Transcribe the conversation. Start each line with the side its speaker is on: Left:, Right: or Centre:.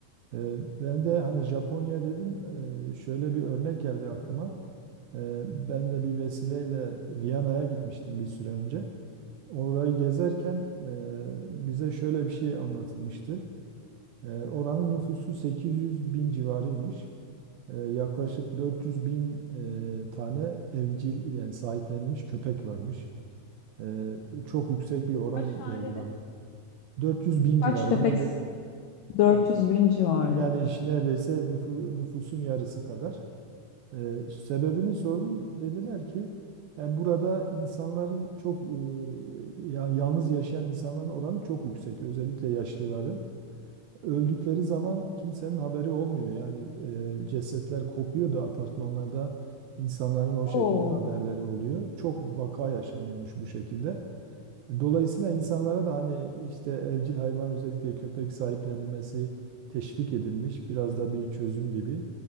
Right: E, ben de hani Japonya dedin e, şöyle bir örnek geldi aklıma. E, ben de bir vesileyle Viyana'ya gitmiştim bir süre önce. Orayı gezerken e, bize şöyle bir şey anlatılmıştı. Ee, oranın nüfusu 800 bin civarıymış. Ee, yaklaşık 400 bin e, tane evcil yani sahiplenilmiş köpek varmış. Ee, çok yüksek bir oran
Left: Kaç tane
Right: geldi
Left: dedin?
Right: bana. 400 bin civarı
Left: Kaç köpek?
Right: nerede
Left: 400
Right: e,
Left: bin civarı.
Right: yani işte neredeyse nüfu- nüfusun yarısı kadar. Ee, sebebini sordum dediler ki yani burada insanların çok e, ya- yalnız yaşayan insanların oranı çok yüksek özellikle yaşlıların. öldükleri zaman kimsenin haberi olmuyor. Yani e, cesetler kokuyordu apartmanlarda. insanların o
Left: Oo.
Right: şekilde haberleri oluyor. Çok vaka yaşanıyormuş bu şekilde. Dolayısıyla insanlara da hani işte evcil hayvan özellikle köpek sahiplenilmesi teşvik edilmiş. Biraz da bir çözüm gibi.